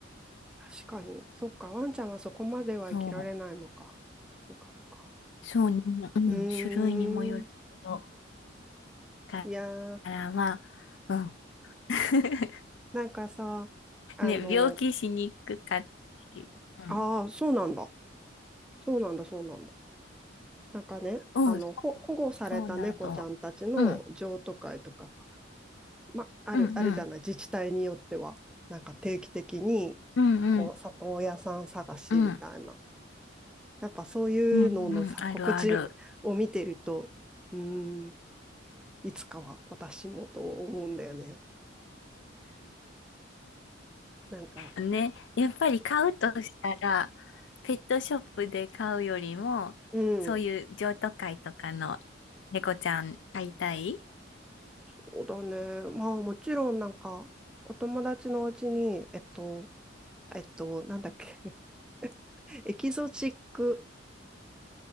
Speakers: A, in the centre; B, on the left.
A: 確かに。そっか。ワンちゃんはそこまでは生きられないのか。
B: そう。
A: そっかそっか。
B: そうね、うん、
A: うーん。
B: 種類にもよるけど、か
A: いやー、
B: らは、うん。<laughs>
A: なんかさ、あの、
B: ね、病気しにくかったり、うん。
A: ああ、そうなんだ。そうなんだ、そうなんだ。なんかね、
B: うん、
A: あの、
B: そうそうなど。
A: ほ、保護された猫ちゃんたちの譲渡会とか
B: うん、
A: ま、ある、
B: うん、
A: あるじゃない、
B: うん、
A: 自治体によっては。なんか定期的に、
B: うん、
A: こう、
B: うん、
A: 里親さん探しみたいな。
B: うん、
A: やっぱそういうののさ、
B: うん、うんあるある。
A: 告知を見てると、うーん、いつかは私もと思うんだよね。なんか、
B: ね、やっぱり買うとしたら、ペットショップで買うよりも、
A: うん、
B: そういう譲渡会とかの猫ちゃん飼いたい
A: そうだね。まあもちろんなんか、お友達のうちに、えっと、えっと、なんだっけ、<laughs> エキゾチック